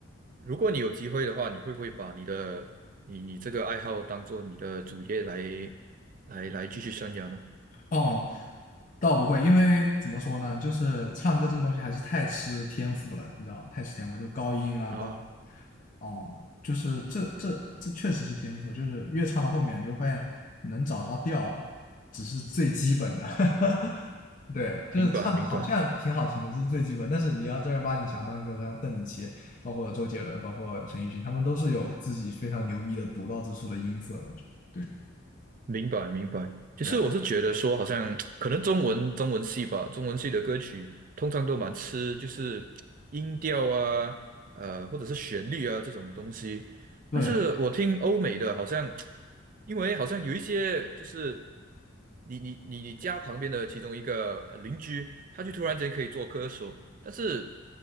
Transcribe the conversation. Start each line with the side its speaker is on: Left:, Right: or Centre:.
Right: 如果你有机会的话，你会不会把你的你你这个爱好当做你的主业来来来继续生涯呢？
Left: 哦，倒不会，因为怎么说呢，就是唱歌这个东西还是太吃天赋了，你知道吗，太吃天赋，就高音啊，
Right: 啊，
Left: 包哦，就是这这这确实是天赋，就是越唱到后面，你就发现能找到调只是最基本的，<laughs> 对，就是唱得好像挺好听的，
Right: 明白明白。
Left: 这是最基本，但是你要正儿八经想当个像邓紫棋，包括周杰伦，包括陈奕迅，他们都是有自己非常牛逼的独到之处的音色的，就对
Right: 明白明白。其实我是觉得说，
Left: 对啊。
Right: 好像可能中文中文系吧，中文系的歌曲通常都蛮吃就是音调啊，呃，或者是旋律啊这种东西。
Left: 对，
Right: 但是我听欧美的，好像因为好像有一些就是你你你你家旁边的其中一个呃邻居，他就突然间可以做歌手，但是